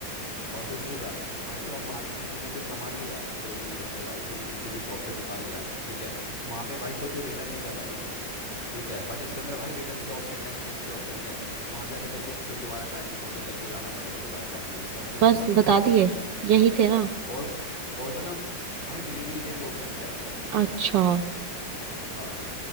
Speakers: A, on the left; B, on the right.
A: और दूसरी बात भाई तू अब मार्केट से तूने कुछ सामान लिया सरोजनी नगर से लाइक तूने किसी भी शॉप से दुकान लिया ठीक है वहाँ पे भाई कोई तू रिटर्न नहीं कर पाएगी ठीक है बट इसके अंदर भाई रिटर्न के ऑप्शन एक्सचेंज के ऑप्शन है वहां जाके तेरे को फिर दोबारा टाइम खोटी करके जाना पड़ेगा दोबारा टाइम वेस्ट करके मतलब
B: बस बता दिए
A: फिर
B: यही थे ना
A: और और बता भाई डिलीवरी के भी ऑप्शंस रहते हैं
B: अच्छा
A: हाँ